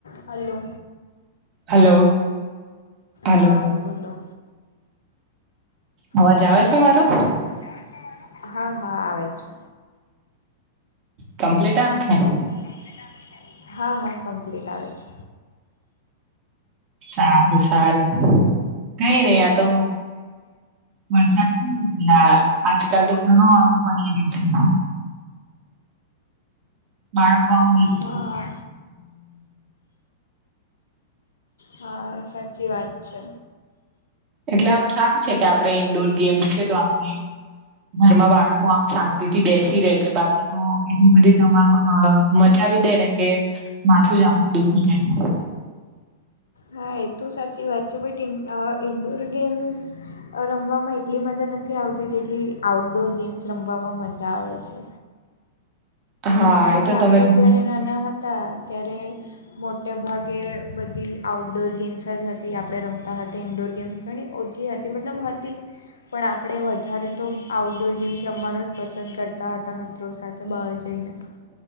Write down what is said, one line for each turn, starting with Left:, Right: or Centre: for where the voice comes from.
Left: Hello
Right: hello hello
Left: હા બોલો,
Right: અવાજ
Left: હા
Right: આવે
Left: બોલો,
Right: છે મારો
Left: અવાજ આવે છે મારો. હા હા આવે છે.
Right: કમ્પ્લીટ આવે છે?
Left: કમ્પ્લીટ આવે છે, હા હા કમ્પલિટ આવે છે.
Right: સારું સારું કઈ નહિ આ તો, વરસાદ <unintelligible> પેલા, આજકાલ તો ઘણું આમ પડી રહ્યું છે. બાળકો <inaudible>
Left: હા હા સાચી છે,
Right: એટલે આમ સારું છે, કે આપણે ઈન્ડોર ગેમ્સ છે, તો આપણે ઘરમાં બાળકો આમ શાંતિથી બેસી રહેે છે બાકી હા એવી બધી ધમાલ મચાવી દે ને કે, માથું જ આપણું દુઃખી જાય,
Left: હા એ તો સાચી વાત છે, બટ ઇ ઇન્ડોર ગેમ્સ રમવામાં એટલી મજા નથી આવતી જેટલી આઉટડોર ગેમ્સ રમવામાં મજા આવે છે.
Right: હા
Left: કારણ
Right: એ તો
Left: કે આપણે
Right: તમે ઘણી
Left: જ્યારે નાના હતા ત્યારે મોટે ભાગે બધી, આઉટડોર ગેમ્સ જ હતી આપણે રમતા હતા ઇન્ડોર ગેમ્સ ઘણી ઓછી હતી મતલબ હતી. પણ આપણે વધારે તો આઉટડોર ગેમ્સ જ રમવાનું જ પસંદ કરતા હતા, મિત્રો સાથે બહાર જઈને.